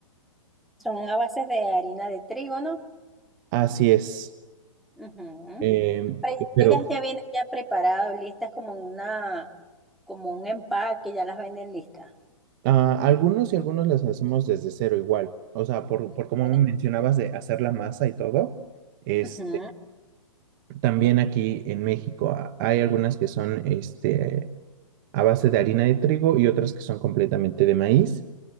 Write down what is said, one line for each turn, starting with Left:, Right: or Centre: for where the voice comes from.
Centre: Son a base de harina de trigo, ¿no?
Right: Así es.
Centre: Ujú.
Right: Eh,
Centre: Pre-
Right: pero
Centre: Ellas ya vienen ya preparadas, listas como en una, como un empaque, ya las venden listas.
Right: ah, algunos y algunos las hacemos desde cero igual. O sea, por, por como
Centre: Chévere.
Right: me mencionabas de hacer la masa y todo, este,
Centre: Ujú.
Right: también aquí en México ah, hay algunas que son este, a base de harina de trigo y otras que son completamente de maíz.